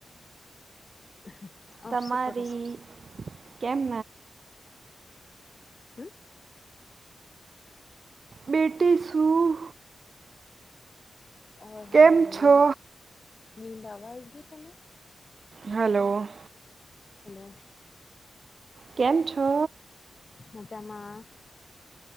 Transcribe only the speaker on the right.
તમારી
કેમ
બેટી શું
કેમ
છો
હલો.
કેમ છો?